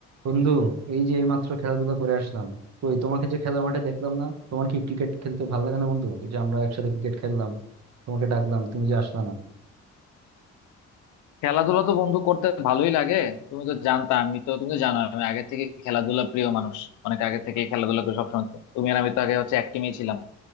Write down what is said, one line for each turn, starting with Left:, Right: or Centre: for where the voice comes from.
Right: বন্ধু এই যে এইমাত্র খেলাধুলা করে আসলাম কই তোমাকে যে খেলার মাঠে দেখলাম না তোমার কি ক্রিকেট খেলতে ভালো লাগে না বন্ধু এই যে আমরা একসাথে ক্রিকেট খেললাম তোমাকে ডাকলাম তুমি যে আসলা না
Left: খেলাধুলা তো বন্ধু করতে ভালোই লাগে তুমি তো জানতা আমি তো তুমি তো জানো আমি আগে থেকে খেলাধুলা প্রিয় মানুষ অনেক আগে থেকে খেলাধুলা করি সবসময় তো। তুমি আর আমি তো আগে হচ্ছে এক team-এই ছিলাম